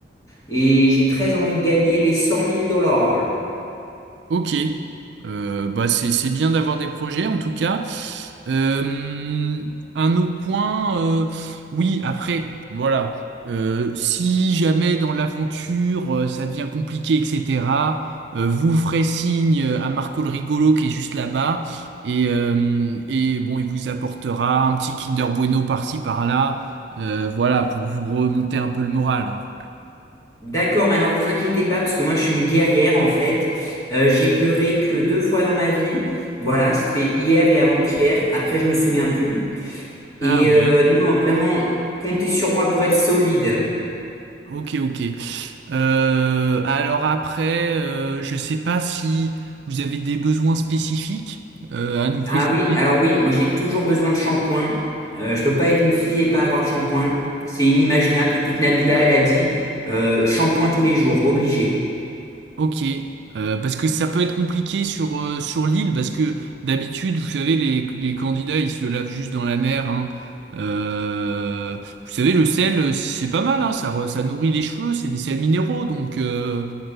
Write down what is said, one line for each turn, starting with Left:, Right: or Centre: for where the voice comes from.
Left: et j'ai très envie de gagner les cent mille dollars.
Right: Ok, Euh, bah c'est c'est bien d'avoir des projets en tout cas. Euh, un autre point, euh, oui après voilà, Euh, si jamais dans l'aventure euh, ça devient compliqué etc. euh, vous ferez signe euh, à Marco le rigolo qui est juste là-bas et euh, et bon il vous apportera un petit Kinder Bueno par-ci par-là, Euh, voilà pour vous remonter un peu le moral. hein.
Left: D'accord, mais alors vous inquiétez pas, parce que moi je suis une guerrière en fait. Euh, j'ai pleuré que deux fois dans ma vie. Voilà, c'était hier et avant-hier. Après, je me souviens plus.
Right: Ah
Left: Et
Right: ok.
Left: euh, non, vraiment, comptez sur moi pour être solide.
Right: Ok ok. Euh, alors après, euh, je sais pas si vous avez des besoins spécifiques euh, à nous préciser.
Left: Ah oui, alors oui, moi j'ai toujours besoin de shampoing. Euh, je peux pas être une fille et pas avoir de shampoing. C'est inimaginable depuis que Nabila elle a dit euh, shampoing tous les jours, obligé.
Right: Ok, Euh, parce que ça peut être compliqué sur, euh, sur l'île, parce que d'habitude, vous savez, les, les candidats, ils se lavent juste dans la mer, hein. Euh, vous savez, le sel, c'est pas mal, hein, ça, re- ça nourrit les cheveux, c'est des sels minéraux, donc... euh,